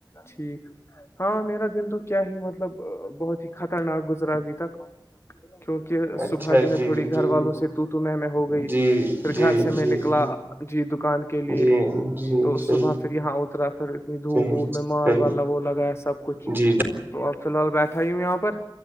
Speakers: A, on the left; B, on the right.
A: ٹھیک ہاں میرا دن تو کیا ہی مطلب بہت ہی خطرناک گزرا بھیھی تھاک کیونکہ
B: اچھا
A: صبح جو ہے
B: جی
A: تھوڑی گھر
B: جی
A: والوں سے تو تو میں میں ہو گئی
B: جی
A: پھر
B: جی
A: گھر سے
B: جی
A: میں نکلا
B: جی
A: جی دکان کے لیے
B: جی جی
A: تو
B: صحیح
A: صبح پھر یہاں اترا پھر نی دھوپ
B: صحیح
A: ووپ میں مال
B: صحیح
A: والا وہ لگا ہے سب کچھ
B: جی
A: تو اب فی الحال بیٹھا ہی ہوں یہاں پر